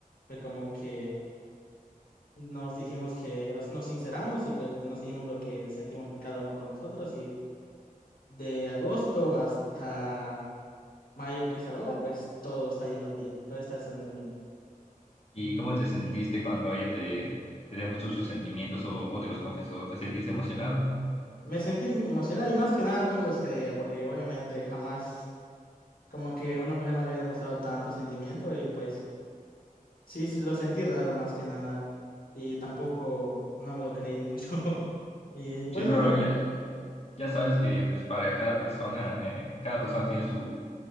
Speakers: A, on the left; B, on the left.
A: fue como que nos dijimos que nos nos sinceramos y pues nos dijimos lo que sentimos cada uno por nosotros y de agosto hasta mayo que es ahora, pues todo está yendo bien, todo está saliendo bien.
B: ¿Y cómo te sentiste cuando ella te, te demostró sus sentimientos o, o te los confesó? ¿Te sentiste emocionado?
A: Me sentí emocionado y más que nada no me los creía porque obviamente jamás como que una mujer me había demostrado tanto sentimiento y pues sí, sí, lo sentí raro más que nada y tampoco no me lo creí mucho. <laughs> Y pues,
B: Sí, pero
A: bueno,
B: ya, ya sabes que pues para cada persona, eh, cada persona tiene su,